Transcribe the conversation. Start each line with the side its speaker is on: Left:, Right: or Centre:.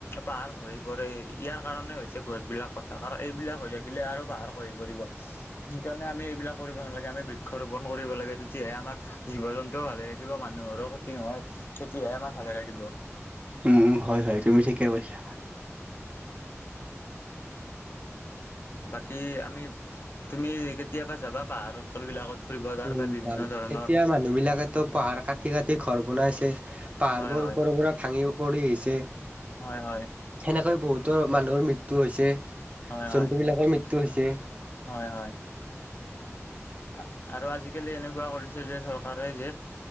Left: পাহাৰ খহি পৰে ইয়াৰ কাৰনে হৈছে গছবিলাক। <unintelligible> এইবিলাক হৈ থাকিলে আৰু পাহাৰ খহি পৰিব। সেইকাৰণে আমি এইবিলাক কৰিব নালাগে আমি বৃক্ষ ৰোপন কৰিব লাগে, তেতিয়াহে আমাৰ জীৱ জন্তুও ভালে থাকিব মানুহৰো খতি নহয়, তেতিয়াহে আমাৰ ভালে থাকিব।
Right: উম, হয়, হয়, তুমি ঠিকে কৈছা।
Left: বাকী আমি তুমি কেতিয়াবা যাবা পাহাৰ অঞ্চল বিলাকত। ফুৰিব তাৰ
Right: উম,
Left: পৰা বিভিন্ন
Right: <unintelligible>
Left: ধৰণৰ
Right: এতিয়া মানুহ বিলাকেতো পাহাৰ কাটি কাটি ঘৰ বনাইছে। পাহাৰবোৰ
Left: হয় হয়
Right: ওপৰৰ পৰা ভাঙি পৰি আহিছে।
Left: হয়, হয়।
Right: সেনেকৈ বহুতৰ মানুহৰ মৃত্যু হৈছে,
Left: হয় হয়
Right: জন্তু বিলাকৰ মৃত্যু হৈছে।
Left: হয়, হয়।
Right: <inaudible>
Left: আ আৰু আজিকালি এনেকুৱা কৰিছে যে চৰকাৰে যে